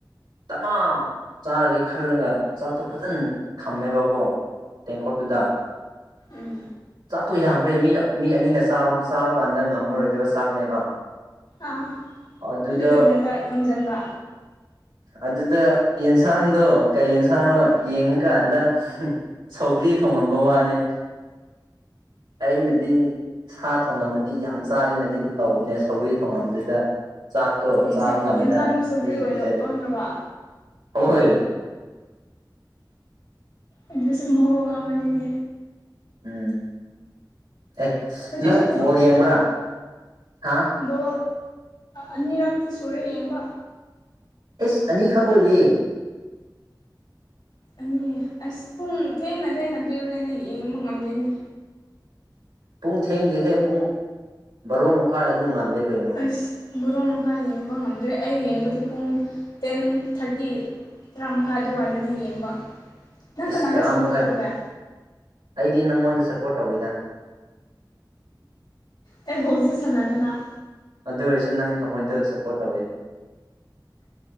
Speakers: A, on the right; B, on the left.
A: ꯇꯞꯃ ꯆꯥꯔꯒꯦ ꯈꯜꯂꯒ
B: ꯑꯥ
A: ꯆꯥꯛꯇꯣ ꯐꯖꯅ ꯊꯝꯃꯦꯕꯀꯣ ꯇꯦꯡꯀꯣꯠꯇꯨꯗ
B: ꯎꯝ
A: ꯆꯥꯛꯇꯣꯏ ꯌꯥꯝꯈ꯭ꯔꯦ ꯃꯤ ꯃꯤ ꯑꯅꯤꯅ ꯆꯥꯕ ꯆꯥꯕ ꯀꯥꯟꯗ ꯉꯝꯃꯔꯣꯏꯗꯕ ꯆꯥꯛꯅꯦꯕ
B: ꯑꯥ
A: ꯑꯗꯨꯗ
B: ꯑꯗꯨ ꯅꯪ ꯈꯟꯕ ꯉꯝꯁꯤꯟꯕ
A: ꯑꯗꯨꯗ ꯌꯦꯟꯁꯥꯡꯗꯣ ꯀꯩ ꯌꯦꯟꯁꯥꯡꯅꯣ
B: ꯑꯥ
A: ꯌꯦꯡ ꯍꯧꯖꯤ ꯀꯥꯟꯗ ꯁꯧꯒ꯭ꯔꯤ ꯊꯣꯡꯉꯝꯕ ꯋꯥꯅꯦ ꯑꯩꯅꯗꯤ ꯁꯥ ꯊꯣꯡꯉꯝꯃ ꯑꯗꯨ ꯌꯥꯝ ꯆꯥꯒꯦꯅꯗꯤ ꯑꯗꯨ ꯇꯧꯕꯅꯦ ꯁꯧꯒꯔꯤ ꯊꯣꯡꯉꯝꯗꯨꯗ ꯆꯥꯛꯇꯣ
B: ꯌꯦꯟꯁꯥꯡ
A: ꯆꯥꯕ ꯉꯝꯗꯅ
B: ꯌꯦꯟꯁꯥꯡꯗꯣ
A: ꯑꯩꯈꯣꯏ
B: ꯁꯧꯒ꯭ꯔꯤ ꯑꯣꯏꯅ
A: ꯄꯤꯖꯔꯦ
B: ꯑꯣꯟꯈ꯭ꯔꯕ
A: ꯍ ꯍꯣꯏ
B: ꯑꯗꯨꯁꯨ ꯃꯑꯣꯡ ꯑꯃꯅꯤꯅꯦ
A: ꯎꯝ ꯑꯦ
B: ꯍꯧꯖꯤꯛꯁꯨ
A: ꯅꯪ ꯕꯣꯜ ꯌꯦꯡꯕ꯭ꯔꯥ ꯍꯥ
B: ꯕꯣ ꯑꯅꯤꯔꯛꯇꯤ ꯁꯨꯔꯦ ꯌꯦꯡꯕ
A: ꯑꯦꯁ ꯑꯅꯤꯈꯛ ꯑꯣꯏꯔ
B: ꯑꯅꯤ ꯑꯁ ꯄꯨꯡ ꯊꯦꯡꯅ ꯊꯦꯡꯅ ꯄꯤꯕꯅꯤꯅ ꯌꯦꯡꯕ ꯉꯝꯗꯣꯏꯅꯦ
A: ꯄꯨꯡ ꯊꯦꯡꯗꯤ ꯍꯦ ꯄꯨꯡ ꯕꯥꯔꯣ ꯃꯈꯥꯏ ꯑꯗꯨ ꯉꯜꯂꯦ ꯀꯩꯅꯣ
B: ꯑꯩꯁ ꯕꯣꯔꯣ ꯃꯈꯥꯏ ꯌꯦꯡꯕ ꯉꯝꯗ꯭ꯔꯦ ꯑꯩ ꯌꯦꯡꯕꯗꯤ ꯄꯨꯡ ꯇꯦꯟ ꯊꯥꯔꯇꯤ ꯇꯔꯥ ꯃꯈꯥꯏ ꯑꯗꯨꯋꯥꯏꯗꯗꯤ ꯌꯦꯡꯕ ꯅꯪ
A: ꯏꯁ
B: ꯀꯅꯥꯗ
A: ꯇꯔꯥ
B: ꯁꯞꯄꯣꯔꯠ
A: ꯃꯈꯥꯏꯗꯤ
B: ꯇꯧꯒꯦ
A: ꯑꯩꯗꯤ ꯅꯪꯉꯣꯟꯗ ꯁꯞꯄꯣꯔꯠ ꯇꯧꯋꯦꯗ
B: ꯑꯦ ꯕꯣꯜꯁꯨ ꯆꯁꯅꯗꯅ
A: ꯑꯗꯨ ꯑꯣꯏꯔꯁꯨ ꯅꯪ ꯊꯃꯣꯏꯗ ꯁꯞꯄꯣꯔꯠ ꯇꯧꯋꯦꯕ